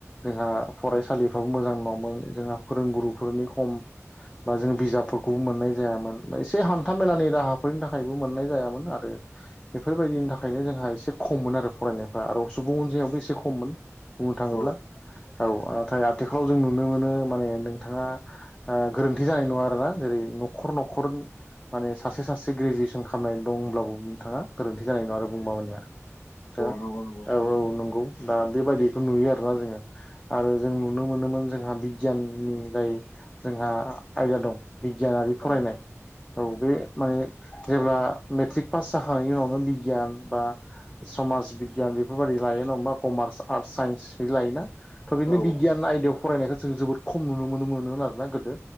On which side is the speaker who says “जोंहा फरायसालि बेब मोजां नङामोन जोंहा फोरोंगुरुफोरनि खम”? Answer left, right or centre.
Left